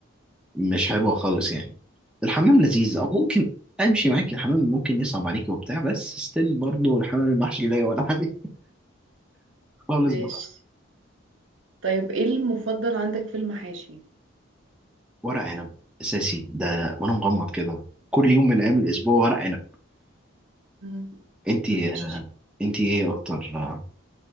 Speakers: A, in the centre; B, on the right (about 65°).
A: مش حلوه خالص يعني الحمام لذيذ او ممكن امشي معاك الحمام ممكن يصعب عليك وبتاع بس ستيل برضه الحمام المحشي لا ولا عليه خالص
B: ماشي
A: بقى
B: طيب ايه المفضل عندك في المحاشي
A: ورق عنب اساسي ده وانا مغمض كده كل يوم من ايام الاسبوع ورق عنب
B: امم
A: انت
B: ماشي
A: انت ايه اكتر آه،